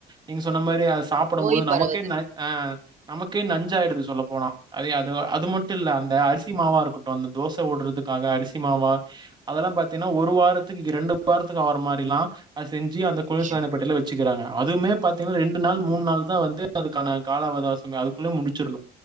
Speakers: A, on the right; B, on the right.
A: நீங்க சொன்ன மாரி
B: ம்.
A: அத சாப்புட
B: நோய்
A: போது
B: பரவுது.
A: நமக்கே ந ஆ நமக்கே நஞ்சாயிடுது சொல்ல போனா அதயே அது அது மட்டு இல்ல அந்த அரிசி மாவாருக்கட்டு அந்த தோச எங்க ஓடுறதுக்காக அரிசி இமாவா அதெல்லா பாத்தீன்னா ஒரு வாரத்துக்கு ரெண்டு ஒரு வாரத்துக்கு ஆவர மாரிலா அது செஞ்சு அந்த
B: கண்டிப்பா.
A: குளிர் சாதன பெட்டில வச்சுக்கிறாங்க அதுவுமே பத்தீங்கனா ரெண்டு நாள் மூணு நாள் தா வந்து அதுக்கான கால அவகாசமே அதுக்குள்ள முடுச்சரணு